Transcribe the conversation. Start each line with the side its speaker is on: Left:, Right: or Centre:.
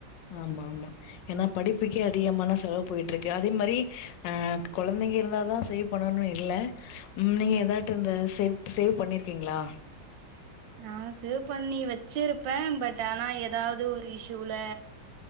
Left: ஆமாமா ஏன்னா படிப்புக்கே அதிகமான செலவு போயிட்டு இருக்கு அதே மாரி ஆ குழந்தைங்க இருந்தா சே பண்ணணு இல்ல ம் நீங்க எதாட்டு இந்த சேவ் சேவ் பண்ணிருக்கீங்ளா
Right: நா சேவ் பண்ணி வச்சிருப்பே பட் ஆனா ஏதாவது ஒரு இஸ்யூல